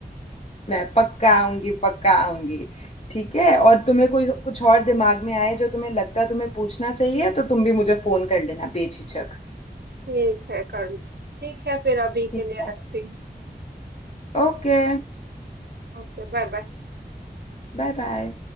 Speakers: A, on the left (about 40°); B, on the right (about 70°).
A: मैं पक्का आऊंगी पक्का आऊंगी ठीक है और तुम्हें कोई कुछ और दिमाग में आए जो तुम्हें लगता है तुम्हें पूछना चाहिए तो तुम भी मुझे फोन कर लेना बेझिझक
B: ठीक है कर लो ठीक है फिर अभी
A: ठीक
B: के लिए
A: है
B: रखती हूँ
A: Okay
B: Okay bye bye
A: bye bye